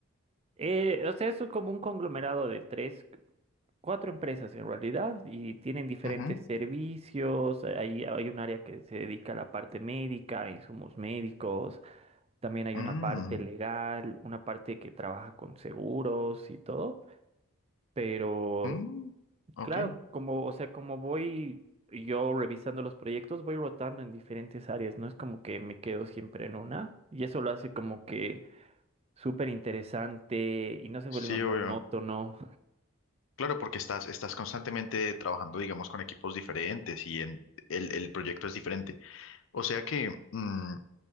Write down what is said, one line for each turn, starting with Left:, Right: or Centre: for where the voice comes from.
Right: Eh, o sea, eso es como un conglomerado de tres, cuatro empresas en realidad y tienen diferentes
Left: Ujú.
Right: servicios. Hay, hay un área que se dedica a la parte médica, a insumos médicos, También hay
Left: Mm,
Right: una parte legal, una parte que trabaja con seguros y todo, pero
Left: mm, ok,
Right: claro, como, o sea, como voy yo revisando los proyectos, voy rotando en diferentes áreas, no es como que me quedo siempre en una, y eso lo hace como que súper interesante y no se vuelve
Left: sí,
Right: monótono.
Left: obvio. Claro, porque estás, estás constantemente trabajando, digamos, con equipos diferentes y en, el, el proyecto es diferente. O sea que, mm,